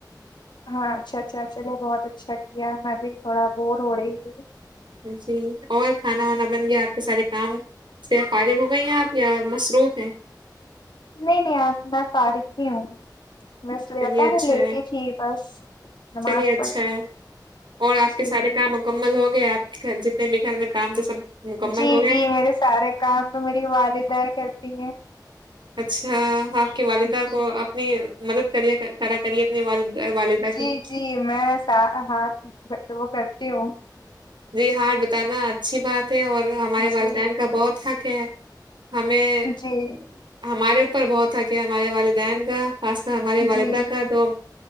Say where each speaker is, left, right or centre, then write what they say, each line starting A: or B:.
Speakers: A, on the left; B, on the right.
A: ہاں اچھا اچھا چلے بہت اچھا کیا میں بھی تھوڑا بور ہو رہی تھی
B: جی اور کھانا وانا بن گیا آپ کے سارے کام سے فارغ ہو گئی ہیں آپ یا مصروف ہیں
A: نہیں نہیں آب میں فارغ ہی ہوں میں اس لیے
B: چلیے
A: بتا
B: اچھا
A: نا لیٹی
B: ہے
A: تھی بس نماز
B: چلیے اچھا
A: پڑھ کے
B: ہے اور آپ
A: جی
B: کے سارے کام مکمل ہو گیا آپ کے جتنے بھی گھر میں کام تھے سب مکمل
A: جی
B: ہو گئے
A: جی میرے سارے کام تو میری والدہ کرتی ہیں
B: اچھا آپ کی والدہ
A: جی
B: کو اپنی مدد کر کرا کری اپنے والدہ
A: جی
B: کی
A: جی میں ہاتھ وہ کرتی ہوں
B: جی ہاتھ بتانا اچھی بات ہے اور ہمارے والدین
A: جی
B: کا بہت حق ہے ہمیں
A: جی
B: ہمارے اوپر بہت حق ہے ہمارے والدین کا خاص کر ہمارے والدہ
A: جی
B: کا جو